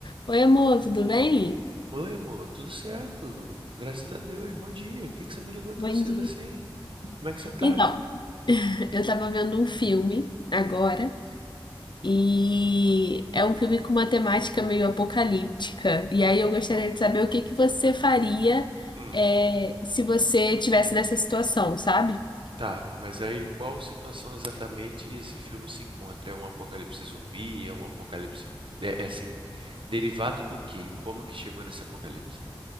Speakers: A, on the left; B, on the right.
A: Oi, amor, tudo bem?
B: Oi, amor, tudo certo? Graças a Deus, bom dia. Por que que você me ligou tão
A: Bom
B: cedo
A: dia.
B: assim? Como é que você tá?
A: Então, <laughs> eu tava vendo um filme agora
B: Hum,
A: e é um filme com uma temática meio apocalíptica. E aí eu gostaria de saber o que que você faria
B: hum,
A: é, se você tivesse nessa situação, sabe?
B: tá, mas aí qual situação exatamente esse filme se encontra? É um apocalipse zumbi? É um apocalipse. É, é assim, derivado do quê? Como que chegou nesse apocalipse?